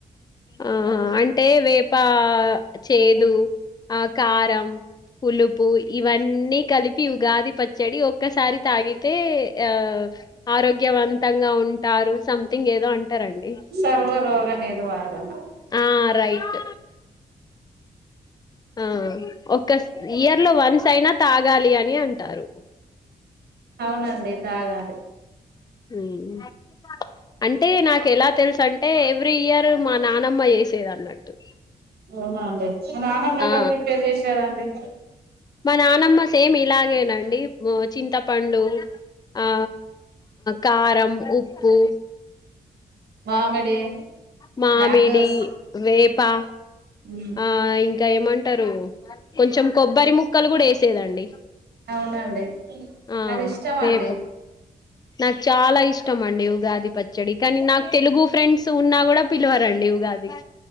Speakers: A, on the left (about 25°); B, on the right (about 75°).
A: ఆ అంటే వేప చేదు, ఆ కారం పులుపు ఇవన్నీ కలిపి ఉగాది పచ్ చడి ఓ క్క సారి తాగితే ఆ ఆరోగ్యవంత తంగా ఉం టారు సంథింగ్ ఏదో అంటారండి
B: సర్వరోగ నిర్వారణ
A: ఆ రైట్ ఆ ఒక్క ఇయర్ లో వన్స్ అయినా తాగాలి అని అంటారు
B: అవునండి తాగాలి
A: మ్మ్ అంటే నాకు ఎలా తెలుసు అంటే ఎవ్రీ ఇయర్ మా నానమ్మ చేసేది అన్నట్టు
B: అవునండి మా నానమ్మ ఎలా
A: ఆ
B: ప్రిపేర్ చేసేదండి
A: మా నానమ్మ సేమ్ ఇది ఇలాగేనండి చింతపండు ఆ కారం ఉప్ మ్మ్
B: మామిడి
A: మామిడి,
B: మ్యాంగోస్
A: వేప్ పా
B: ఉమ్
A: ఆ ఇంకా ఏమంటారు కొంచం కొబ్బరి ముక్కలు కూడా ఏసేదండి
B: అవునండి
A: ఆ
B: అది ఇష్టం
A: వేప
B: అండి
A: నాక్ చాలా ఇష్టం అండి ఉగాది పచ్చడి కానీ నాకు తెలుగు ఫ్రెండ్స్ ఉన్నా గూడా పిలవర్ రండి ఉగాదికి